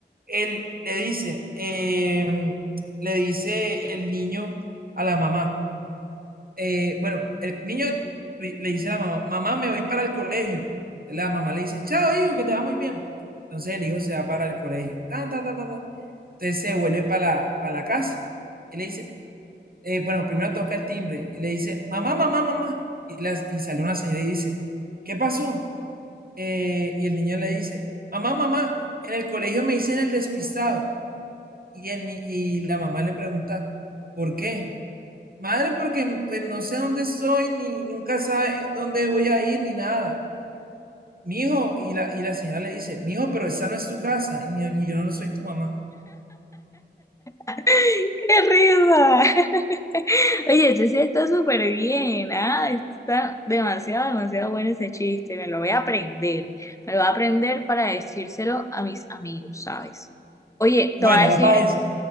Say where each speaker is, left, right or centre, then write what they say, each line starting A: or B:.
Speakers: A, on the right; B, on the left.
A: él le dice, eh, le dice el niño a la mamá. eh, bueno, el niño ri- le dice a la mamá, mamá, me voy para el colegio. La mamá le dice, chao, hijo, que te va muy bien. Entonces el hijo se va para el colegio. Tan, tan, tan, tan, tan. Entonces se vuelve para la, para la casa. Y le dice, eh, bueno, primero toca el timbre y le dice, mamá, mamá, mamá. Y, las, y sale una señora y dice, ¿qué pasó? Eh, y el niño le dice, mamá, mamá, en el colegio me dicen el despistado. Y, el, ni- y la mamá le pregunta, ¿por qué? Madre, porque pues, no sé dónde estoy, ni nunca sabe dónde voy a ir, ni nada. Mijo, y la, y la señora le dice, mijo, pero esa no es tu casa, y, ni- y yo no soy tu mamá.
B: ¡Qué risa! <laughs> Oye, ese sí está súper bien, ¿ah? Está demasiado, demasiado bueno ese chiste. Me lo voy a aprender. Me lo voy a aprender para decírselo a mis amigos, ¿sabes? Oye,
A: Bueno,
B: te voy a decir,
A: va para esa.